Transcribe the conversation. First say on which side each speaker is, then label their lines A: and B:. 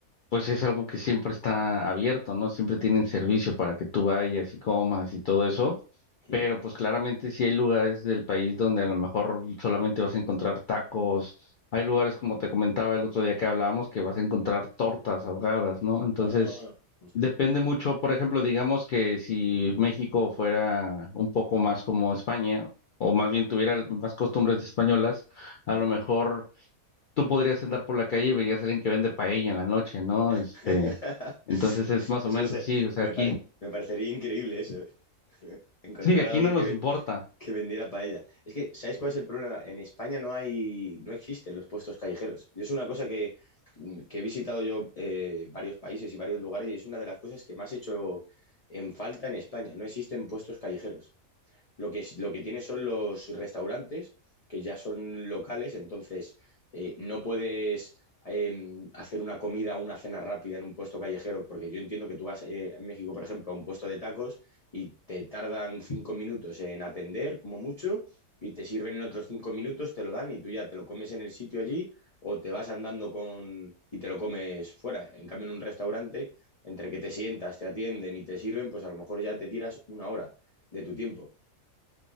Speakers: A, on the left; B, on the left.
A: pues es algo que siempre está abierto, ¿no? Siempre tienen servicio para que tú vayas y comas y todo eso,
B: ¿Mm?
A: pero pues claramente sí hay lugares del país donde a lo mejor solamente vas a encontrar tacos, hay lugares como te comentaba el otro día que hablábamos que vas a encontrar tortas ahogadas, ¿no? Entonces,
B: Ah, os-
A: depende mucho, por ejemplo, digamos que si México fuera un poco más como España, o más bien tuviera más costumbres españolas, a
B: ¿Mm?
A: lo mejor tú podrías andar por la calle y verías a alguien que vende paella en la noche, ¿no?
B: <laughs>
A: Este, entonces es más
B: Eso
A: o menos
B: es, eh,
A: así, o sea,
B: me
A: aquí,
B: pare- me parecería increíble eso, eh, encontrar
A: sí, aquí
B: a alguien
A: no nos
B: que
A: importa.
B: que vendiera paella. Es que, ¿sabéis cuál es el problema? En España no hay, no existen los puestos callejeros. Yo es una cosa que, mm, que he visitado yo eh, varios países y varios lugares y es una de las cosas que más he hecho en falta en España. No existen puestos callejeros. Lo que, es lo que tiene son los restaurantes, que ya son locales, entonces eh, no puedes eh, hacer una comida o una cena rápida en un puesto callejero, porque yo entiendo que tú vas eh, en México, por ejemplo, a un puesto de tacos y te tardan cinco minutos en atender, como mucho, y te sirven en otros cinco minutos, te lo dan y tú ya te lo comes en el sitio allí o te vas andando con y te lo comes fuera. En cambio, en un restaurante, entre que te sientas, te atienden y te sirven, pues a lo mejor ya te tiras una hora de tu tiempo.